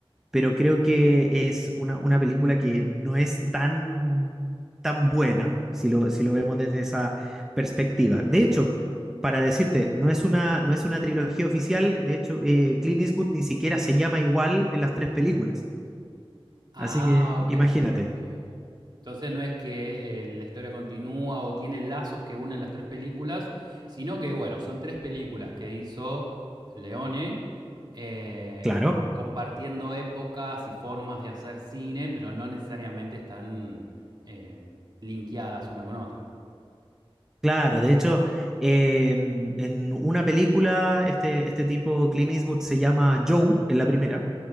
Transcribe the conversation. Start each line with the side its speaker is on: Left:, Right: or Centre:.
Centre: pero creo que es una, una película que no es tan, tan buena si lo, si lo vemos desde esa perspectiva. De hecho, para decirte, no es una, no es una trilogía oficial, de hecho, eh, Clint Eastwood ni siquiera se llama igual en las tres películas,
Right: Ah,
Centre: así que
Right: ok,
Centre: imagínate,
Right: ok. Entonces no es que eh, la historia continúa o tiene lazos que unen las tres películas, sino que, bueno, son tres películas que hizo Leone eh,
Centre: claro.
Right: compartiendo épocas y formas de hacer cine, pero no necesariamente están eh, linkeadas una con otra.
Centre: Claro, de hecho, eh, en una película, este, este tipo, Clint Eastwood, se llama Joe en la primera,